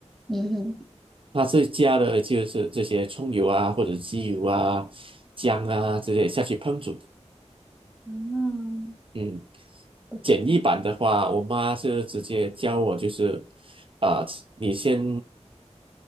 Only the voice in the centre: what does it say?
嗯哼，
嗯
不错。